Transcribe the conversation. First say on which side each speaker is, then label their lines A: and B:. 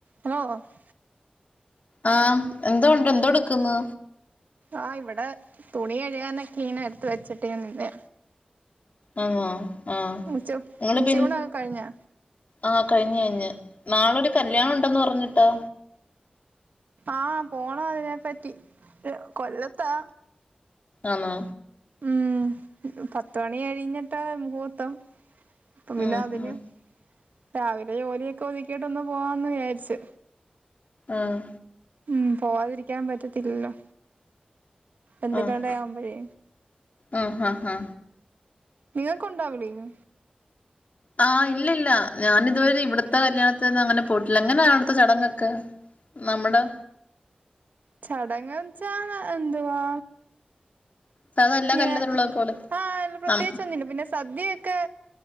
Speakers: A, on the right; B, on the left.
A: ഹ <unintelligible>
B: ആഹ എന്തുണ്ട് എന്തോ എടുക്കുന്നു
A: ആഹ് ഇവിടെ തുണി കഴുകാ നൊക്കെ ഇന എടുത്ത് വെച്ചിട്ടേ നിന്നെ
B: ആങ്ങോ ആഹ
A: ഉച്ച
B: നിങ്ങ
A: ഉച്ചയൂണൊക്കെ
B: പിൻ
A: കഴിഞ്ഞാ
B: ആഹ കഴിഞ്ഞഞ് കഴിഞ്ഞ് നാളരു കല്യാണം ഉണ്ടെന്ന് പറഞ്ഞിട്ടോ
A: ആഹ പോണം അതിനെ പറ്റി കൊല്ലത്താ
B: ആണ
A: ഉം പത്ത മണി കഴിഞ്ഞിട്ട് മുഹൂർത്തം അപ്പ പിന്നെ
B: ഉം
A: അതിന്
B: ഉം
A: രാവിലെ ജോലിയൊക്കെ ഒതുക്കിട്ട ഒന്ന് പോവാന്ന് വിചാരിച്ചു
B: ആഹ
A: ഉം പോവാതിരിക്കാൻ പറ്റത്തില്ലല്ലോ എന്തൊക്കണ്ടയാവുമ്പഴേ
B: ആഹ് ആഹ് ഹാ ഹാ
A: നിങ്ങക്കുണ്ടാവവി വിളി
B: ആഹ ഇല്ല ഇല്ല ഞാാന ഇതുവരെ ഇവിടത്തെ കല്യാണത്തിൽന്നന്ന് അങ്ങനെ പോയിട്ടില്ല അങ്ങനെയാ അവിടുത്തെ ചടങ്ങൊക്കെ നമ്മുടെ
A: ചടങ്ങങ് ചാന എന്തുവാ
B: സാധാ എല്ലാ
A: ഇങ്ങനെ
B: കല്യാണത്തിനുള്ളത് പോലെ
A: ആഹ പ്രത്യേകിച്ചൊന്നുംില്ല
B: നം
A: പിന്നെ സദ്യൊക്കെ